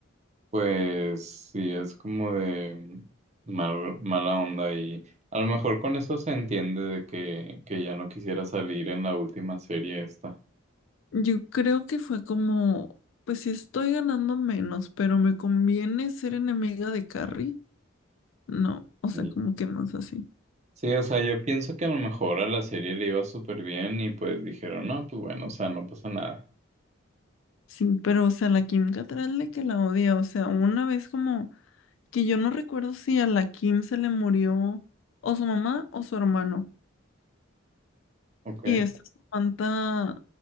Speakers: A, on the right; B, on the left.
A: pues sí es como de mal- mala onda y a lo mejor con eso se entiende de que, que ya no quisiera salir en la última serie esta.
B: Yo creo que fue como, pues si estoy ganando menos, pero me conviene ser enemiga de Carrie. No, o sea,
A: Y-
B: como que más así.
A: Sí, o sea, yo pienso que a lo mejor a la serie le iba súper bien y pues dijeron, no, pues bueno, o sea, no pasa nada.
B: Sí, pero o sea, la Kim Cattrall de que la odia, o sea, una vez como que yo no recuerdo si a la Kim se le murió o su mamá o su hermano.
A: Ok,
B: Y esta Samantha,